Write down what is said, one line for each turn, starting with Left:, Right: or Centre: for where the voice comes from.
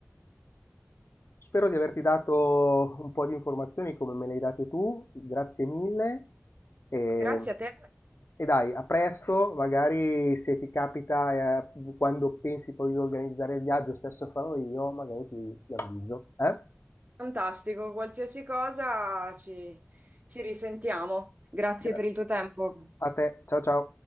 Left: Spero di averti dato un po' di informazioni come me le hai date tu, grazie mille e,
Right: Grazie a te,
Left: e dai, a presto, magari se ti capita, eh, quando pensi poi di organizzare il viaggio, stesso farò io, magari ti, ti avviso. eh?
Right: fantastico. Qualsiasi cosa ci, ci risentiamo. Grazie
Left: Gra-
Right: per il tuo tempo.
Left: a te, ciao ciao.